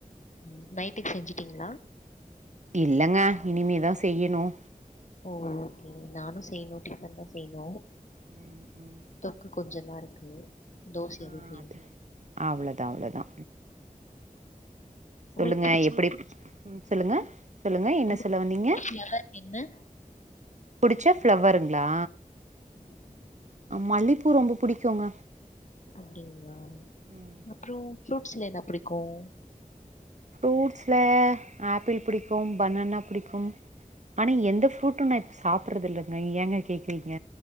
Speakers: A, on the left (about 60°); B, on the right (about 55°).
A: உம் நைட்க்கு செஞ்சுட்டீங்ளா
B: இல்லங்க இனிமே தா செய்யணும்
A: ஓ ஓகே நானு செய்யணு டிஃபன் தா செய்யணும்
B: ம் ம்
A: தொக்கு கொஞ்சந்தா இருக்கு தோச
B: ஆ
A: எதுவு செய்யணும்
B: அது அவ்ளோதா அவ்ளோதா சொல்லுங்க
A: உங்களுக்கு பிடிச்ச
B: எப்டி சொல்லுங்க சொல்லுங்க என்ன
A: உங்களுக்கு
B: சொல்ல
A: பிடிச்ச
B: வந்தீங்க
A: ஃப்ளவர் என்ன?
B: பிடிச்ச ஃப்ளவருங்களா
A: <inaudible>
B: மல்லிப்பூ ரொம்ப பிடிக்குங்க
A: அப்டிங்களா
B: ம்
A: அப்றோம் ப்ரூட்ஸ்ல என்ன புடிக்கும்
B: ஃப்ரூட்ஸ்ல ஆப்பிள் பிடிக்கும் பனானா பிடிக்கும் ஆனால் எந்த ஃப்ரூட்டும்ன்னா சாப்றது இல்லைங்க ஏங்க கேக்குறீங்க